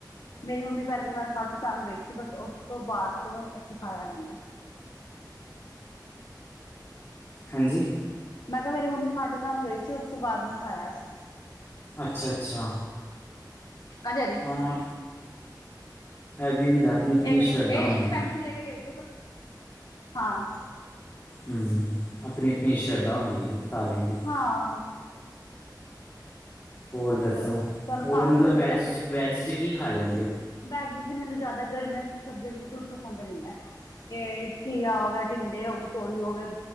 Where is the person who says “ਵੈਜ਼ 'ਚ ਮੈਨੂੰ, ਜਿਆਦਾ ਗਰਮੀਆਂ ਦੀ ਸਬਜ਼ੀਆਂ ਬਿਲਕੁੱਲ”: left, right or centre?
Left